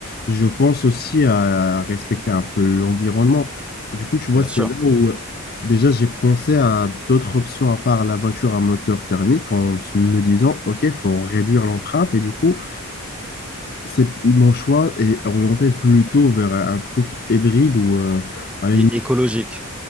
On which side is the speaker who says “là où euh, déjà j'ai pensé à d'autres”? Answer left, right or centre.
Left